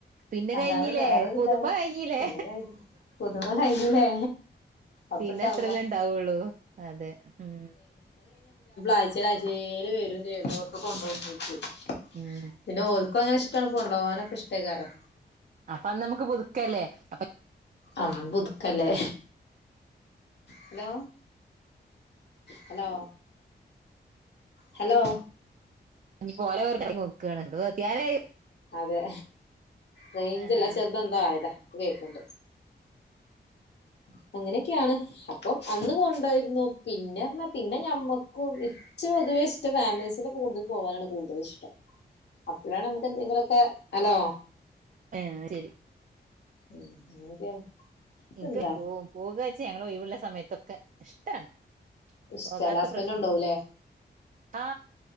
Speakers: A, on the right; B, on the left.
A: പിന്നെ
B: അതാണ്
A: കഴിഞ്ഞില്ലേ
B: വേറൊരിതാണ്.
A: പുതുമ കഴ്ഞ്ഞില്ലേ
B: പിന്നെ കഴിഞ്ഞ് പുതുമ കഴിഞ്ഞില്ലേ അപ്പണ്ടാവൂല.
A: പിന്നെത്രല്ലേണ്ടാവുള്ളൂ അതെ ഇം
B: ആഴ്ചേലാഴ്ചേല് വരും ചെയ്യും എല്ലോടത്ത്ക്കും കൊണ്ടോകും <unintelligible>
A: ഉം
B: പിന്നെ ഓൽക്കും അങ്ങനെ ഇഷ്ടാണ് കൊണ്ടോകാനൊക്കെ ഇഷ്ട്ടേക്കാരം
A: അപ്പൊ അന്ന്മ്മക്ക് പുതുക്കല്ലേ അപ്പ
B: അന്ന് പുതുക്കല്ലേ ഹലോ ഹലോ ഹലോ
A: നി പോലെ വർ നോക്കാണ് <unintelligible>
B: അതേ റേഞ്ചില്ല
A: ആഹ്
B: ശേർതെന്തോ ആയതാ ഇപ്പ കേക്കിണ്ട് ആഹ് ഇങ്ങനെയൊക്കെയാണ് അപ്പൊ അന്ന് കൊണ്ടോയിരുന്നു പിന്നെർഞ്ഞാ പിന്നെ ഞമ്മക്കും ഇച്ചുത് ഷ്ടം ഫാമിലീസിന്റെ കൂടുതൽ പോവാനാണ് കൂടുതൽ ഇഷ്ടം അപ്പോഴാണ് നമുക്ക് എന്തെങ്കിലൊക്കെ ഹലോ
A: ഏഹ് ശരി
B: ഉം അങ്ങനെയൊക്കെയാണ് ഇതെന്താ
A: ഇനിക്ക് പോ പോകുവെച്ച ഞങ്ങളെ ഒയിവെള്ള സമയത്തൊക്കെ ഇഷ്ടാണ്
B: ഇഷ്ടല്ല
A: പോകാത്ത
B: ഹസ്ബന്റ്
A: പ്രശ്നൊണ്
B: കൊണ്ടോവൂലേ
A: ആ